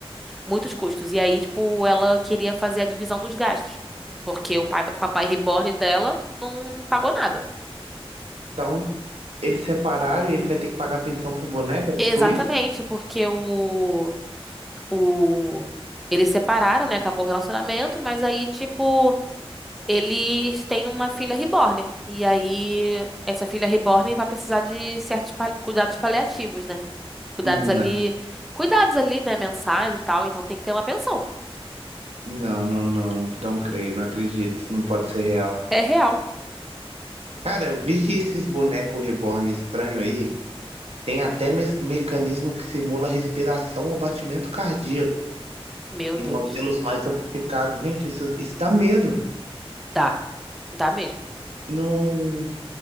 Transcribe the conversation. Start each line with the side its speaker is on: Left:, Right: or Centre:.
Centre: Muitos custos. E aí, tipo, ela queria fazer a divisão dos gastos, porque o pai, papai reborn dela não pagou nada.
Right: Então, eles separaram e ele vai ter que pagar pensão pro boneco, é tipo
Centre: Exatamente,
Right: isso?
Centre: porque o o eles separaram, né? Acabou o relacionamento, mas aí, tipo, eles têm uma filha reborn. E aí, essa filha reborn vai precisar de certos pa- cuidados paliativos, né? Cuidados
Right: Não,
Centre: ali, cuidados ali, né? Mensais e tal. Então tem que ter uma pensão.
Right: não, não, não, não, não creio, não acredito, não pode ser real.
Centre: É real.
Right: Cara, eu vi que esses bonecos reborn estranho aí tem até mes- mecanismo que simula respiração ou batimento cardíaco
Centre: Meu
Right: em
Centre: Deus.
Right: modelos mais sofisticados. Gente, isso, isso dá medo.
Centre: Dá. Dá mesmo.
Right: Num,